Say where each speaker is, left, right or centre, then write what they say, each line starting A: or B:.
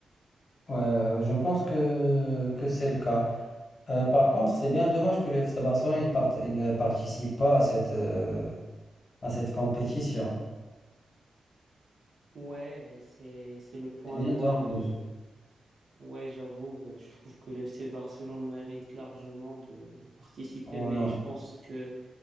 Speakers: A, on the left; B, on the right.
A: Ouais, je pense que, que c'est le cas. Euh, par contre, c'est bien dommage que le FC Barcelone il part- il ne participe pas à cette, euh, à cette compétition.
B: Ouais, c'est, c'est le point
A: C'est bien
B: noir
A: dommage.
B: de... Ouais, j'avoue, euh, je trouve que le FC Barcelone mérite largement de, de participer,
A: Voilà.
B: mais je pense que